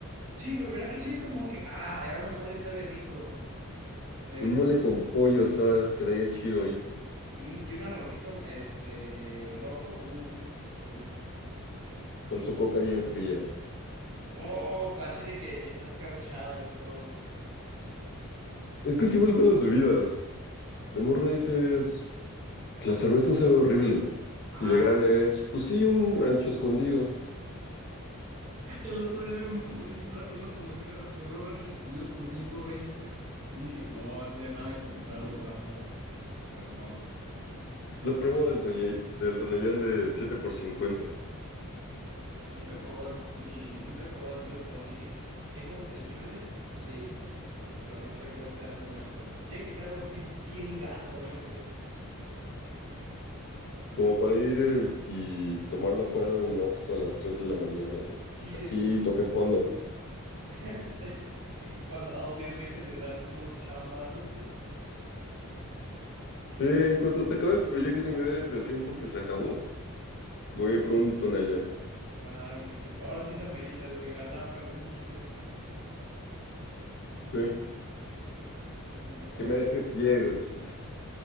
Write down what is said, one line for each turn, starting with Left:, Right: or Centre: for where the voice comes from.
Right: Sí, ver- ¿verdad que sí? Es como que, ah, ahora el mole sabe rico. Este,
Left: Un mole con pollo, o sea, quedaría chido ahorita.
Right: y un, y un arrocito, este, rojo, uff, qué rico.
Left: con su coca bien fría.
Right: Oh, pues así de que está escarchada y todo.
Left: Es que es igual con las bebidas. De morro dices, la cerveza sabe horrible.
Right: Ajá,
Left: Y de grande es, pues sí, un rancho escondido.
Right: el otro día vi un- un ra- una promoción de, ra- de dos ranchos escondidos por ciento veinte Dije, no, hasta de nada de comprarlo, banda, pero no.
Left: La promo del, Toñe- del Tonayán de 7 por 50.
Right: Nunca he probado el, ni- nunca he probado el tío Tony, ¿eh? ¿Tengo intenciones? Sí, pero no sé cuál sea el momento. Tiene que ser algo así bien gato, no sé.
Left: Como para ir eh, y tomarla fuera de un Oxxo a las 3 de la mañana.
Right: Y
Left: Aquí
Right: de que
Left: toque fondo.
Right: <laughs> cuando Outlier deje de darnos chamba. <laughs>
Left: Sí, en cuanto se acabe el proyecto y me dé depresión porque se acabó, voy a ir por un Tonayán.
Right: Ajá, de que me- ahora sí se amerita el de garrafa, el de un litro.
Left: Sí,
Right: No, Hombre, ahora,
Left: que me dejes ciego, ching.